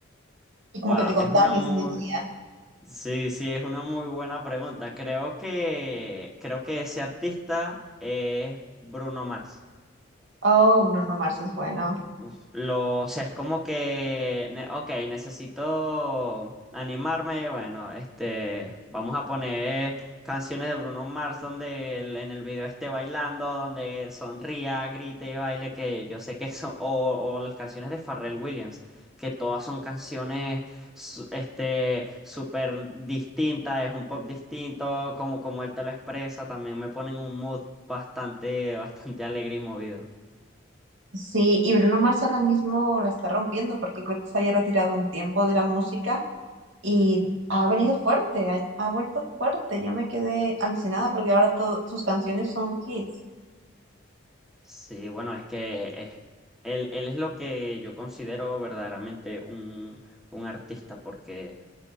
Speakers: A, on the right (about 65°); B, in the centre.
A: Y como
B: Wow,
A: que te contagias
B: es una muy,
A: energía.
B: sí, sí, es una muy buena pregunta. Creo que, creo que ese artista es Bruno Mars.
A: Oh, Bruno Mars es bueno.
B: Uf, lo, o sea, es como que, ne- ok, necesito animarme, bueno, este, vamos a poner canciones de Bruno Mars donde él en el video esté bailando, donde él sonría, grite, baile, que yo sé que son, o, o las canciones de Pharrell Williams, que todas son canciones, su- este, súper distintas, es un pop distinto, como, como él te lo expresa, también me ponen un mood bastante, bastante alegre y movido.
A: Sí, y Bruno Mars ahora mismo la está rompiendo porque creo que se había retirado un tiempo de la música y ha venido fuerte, ha, ha vuelto fuerte. Yo me quedé alucinada porque ahora todas sus canciones son hits.
B: Sí, bueno, es que es, él, él es lo que yo considero verdaderamente un, un artista, porque